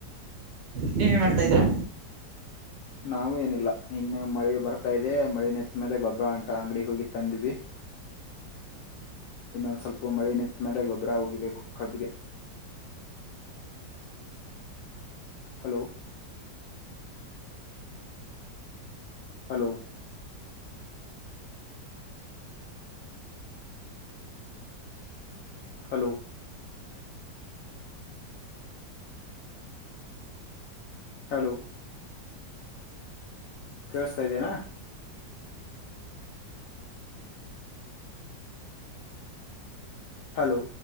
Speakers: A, on the right; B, on the left.
A: ನೀವ್ ಏನ್ ಮಾಡ್ತಾ ಇದ್ದೀರಾ.
B: ನಾವು ಏನಿಲ್ಲ ಇನ್ನು ಮಳೆ ಬರ್ತಾ ಇದೆ ಮಳಿ ನಿತ್ ಮೇಲೆ ಗೊಬ್ಬರ ಅಂಟ ಅಂಗಡಿ ಹೋಗಿ ತಂದ್ವಿ. ಇನ್ನೊಂದ್ ಸ್ವಲ್ಪ ಮಳೆ ನಿಂತ್ ಮೇಲೆ ಗೊಬ್ಬರ ಹೋಗಿಬೇಕು ಕಬ್ಬಗೆ ಹಲೋ ಹಲೋ ಹಲೋ ಹಲೋ ಕೇಳಸ್ತಾ ಇದೇನಾ. ಹಲೋ